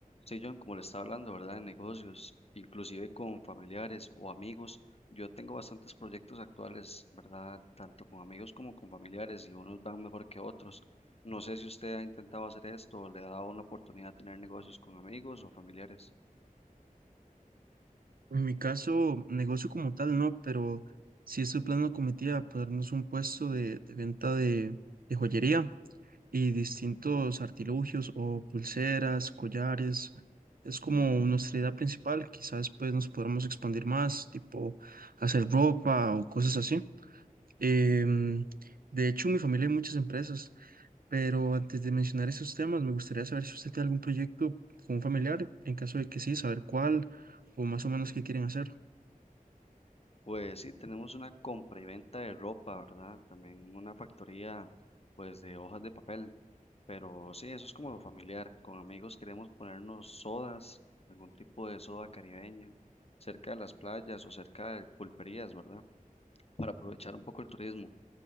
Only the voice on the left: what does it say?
Sí, John, como le estaba hablando, ¿verdad? De negocios, inclusive con familiares o amigos. Yo tengo bastantes proyectos actuales, ¿verdad? Tanto con amigos como con familiares y unos van mejor que otros. No sé si usted ha intentado hacer esto o le ha dado una oportunidad de tener negocios con amigos o familiares.
Pues sí, tenemos una compra y venta de ropa, ¿verdad? También una factoría, pues, de hojas de papel. Pero sí, eso es como lo familiar. Con amigos queremos ponernos sodas, algún tipo de soda caribeña, cerca de las playas o cerca de pulperías, ¿verdad? Para aprovechar un poco el turismo.